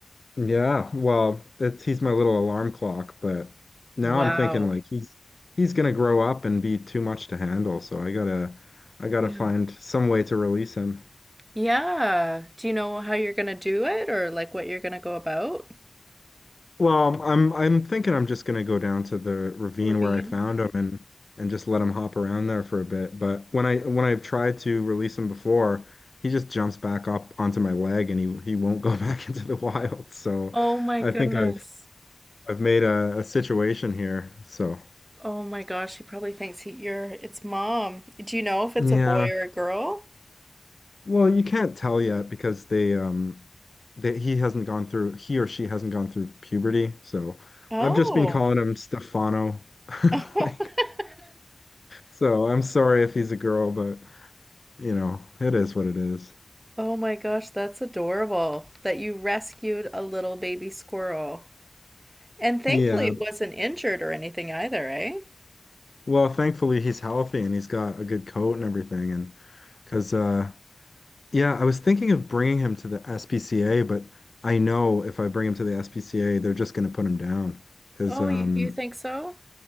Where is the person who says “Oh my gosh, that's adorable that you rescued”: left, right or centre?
Right